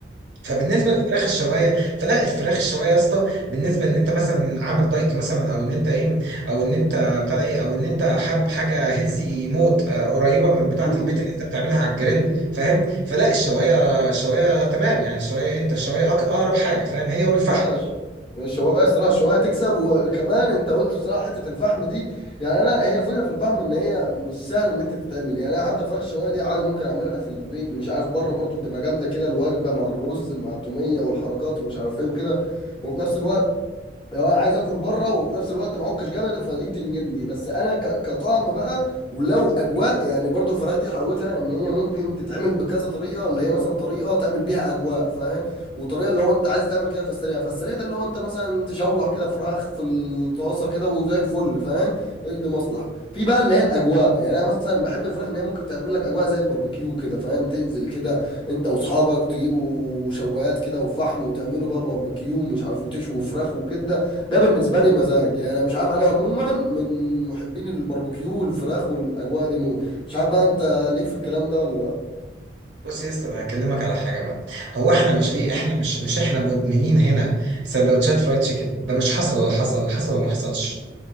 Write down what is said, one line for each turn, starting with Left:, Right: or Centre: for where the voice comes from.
Right: فبالنسبه للفراخ الشوايه فلا الفراخ الشوايه يا اسطى بالنسبه ان انت مثلا عامل دايت مثلا او ان انت ايه او ان انت بتاع ايه او ان انت حابب حاجه هيلسي موت آه، قريبه من بتاعه
Left: امم
Right: البيت اللي انت بتعملها على الجريل فاهم فلا الشوايه الشوايه تمام يعني الشوايه إيه؟ انت الشوايه أق- اقرب حاجه فاهم هي والفحم
Left: لا لا ش- الشوايه الصراحه الشوايه تكسب وكمان انت قلت صراحه حته الفحم دي يعني انا هي الفكره في الفحم ان هي مش سهله ان انت تتعمل يعني انا حتى فراخ الشوايه دي عادي ممكن اعملها في البيت مش عارف بره برضو بتبقى جامده كده الوجبه مع الرز مع التوميه والحركات ومش عارف ايه وكده وفي نفس الوقت لو انا عايز اكل بره وفي نفس الوقت معكش جامد فدي بتنجني بس انا ك- كطعم بقى ولو اجواء يعني برضو الفراخ دي حلاوتها ان هي ممكن تتعمل بكذا طريقه اللي هي مثلا طريقه تعمل بيها اجواء فاهم وطريقه اللي هو انت عايز تعمل كده في السريع فالسريع ده اللي هو انت مثلا تشوح كده فراخ في الطاسه كده وزي الفل فاهم اجد مصلحه في بقى اللي هي الاجواء يعني انا مثلا بحب الفراخ ان هي ممكن تعمل لك اجواء زي الباربيكيو كده فاهم تنزل كده انت واصحابك تجيبوا شوايات كده وفحم وتعملوا بقى باربيكيو مش عارف وتشوي فراخ وكده ده بالنسبه لي مزاج يعني انا مش عارف انا عموما من محبين الباربيكيو والفراخ والاجواء دي موت مش عارف بقى انت ليك في الكلام ده ولا لا
Right: بص يا اسطى انا هكلمك على حاجه بقى هو احنا مش
Left: امم
Right: ايه احنا مش مش احنا مدمنين هنا سندوتشات فرايد تشيكن ده مش حصل ولا حصل حصل ولا ما حصلش